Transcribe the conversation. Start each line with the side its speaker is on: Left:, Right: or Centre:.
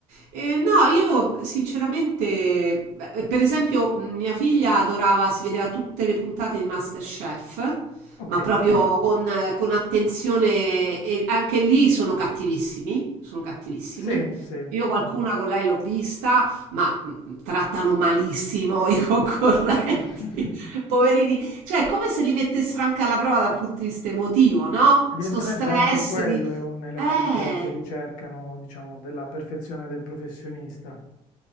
Right: Eh, no, io sinceramente, beh, per esempio, mh, mia figlia adorava, si vedeva tutte le puntate di MasterChef,
Left: Ok,
Right: ma proprio con, eh, con attenzione, e anche lì sono cattivissimi, sono cattivissimi.
Left: sì, sì.
Right: Io qualcuna con lei l'ho vista, ma mh, trattano malissimo i concorrenti,
Left: <laughs>
Right: <laughs> poverini. Cioè, è come se li mettessero anche alla prova dal punto di vista emotivo, no?
Left: Evidentemente
Right: Sto stress
Left: anche quello
Right: di...
Left: è un elemento
Right: Eh,
Left: che ricercano, diciamo, della perfezione del professionista.